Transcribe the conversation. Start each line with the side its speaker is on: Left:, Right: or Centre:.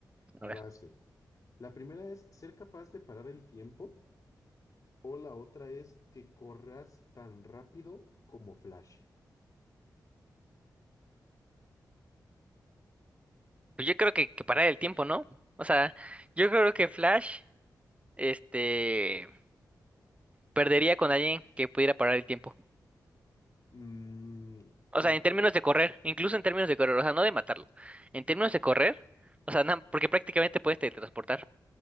Left: Y
Right: A ver,
Left: va así. La primera es ser capaz de parar el tiempo o la otra es que corras tan rápido como Flash.
Right: pues yo creo que, que parar el tiempo, ¿no? O sea, yo creo que Flash, este, perdería con alguien que pudiera parar el tiempo.
Left: Mm,
Right: O
Left: pues
Right: sea,
Left: yo
Right: en términos
Left: no,
Right: de correr, incluso en términos de correr, o sea, no de matarlo. En términos de correr, o sea, na- porque prácticamente puedes teletransportar.